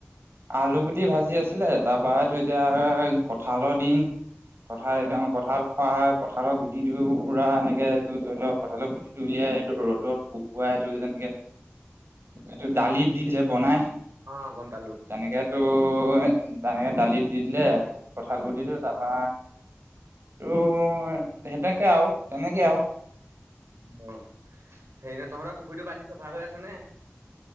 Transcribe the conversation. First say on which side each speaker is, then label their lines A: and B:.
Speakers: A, on the right (about 60°); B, on the right (about 80°).
A: আলু গুটি ভাজি আছিলে তাৰ পৰা তো এতিয়া কঠালৰ দিন। কঠাল
B: অ
A: একদম কঁঠাল খোৱা হয় কঁঠালৰ গ গুটিটো পুৰা এনেকে তটো ধৰি লওক কঁঠালত গুটিটো উলিয়াই ৰ'দত শুকুৱাই টো তেনেকে এইটো দালি দি যে বনাই
B: অ্ গম পালো।
A: তেনেকে তো তেনেকে দালিত দি দিলে কঠাল
B: উম
A: গুটি তো তাৰপা ত সনেকে আৰু তেনেকে আৰু-
B: অ', হেৰি ন' তহঁতৰ পুখুৰীটো পানী চাফা হৈ আছেনে?